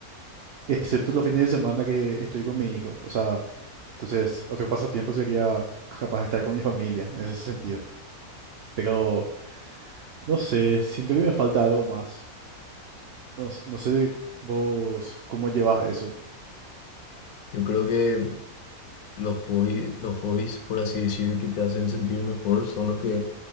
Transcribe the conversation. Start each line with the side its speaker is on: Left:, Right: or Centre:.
Right: excepto los fines de semana que estoy con mi hijo. O sea, entonces otro pasatiempo sería capaz de estar con mi familia en ese sentido. Pero, no sé, siento que me falta algo más. No, s- no sé vos cómo llevas eso.
Left: Yo creo que los hobbies, los hobbies, por así decir, que te hacen sentir mejor son los que